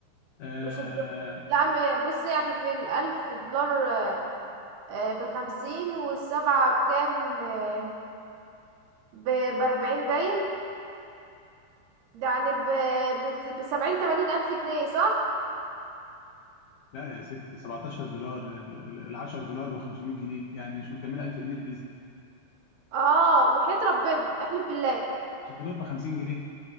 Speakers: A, on the left (about 85°); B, on the right (about 65°).
A: آه
B: مش الدولار لا م- بص يعني في الالف دولار آه بخمسين والسبعة بكام آه ب- بأربعين باين ده يعني ب بت- بسبعين تمانين ألف جنيه صح؟
A: لا يا ستي 17 دولار ال 10 دولار ب 500 جنيه يعني مش مكمله 1000 جنيه الفيزا
B: اه وحياة ربنا احلف بالله
A: مش الدولار ب 50 جنيه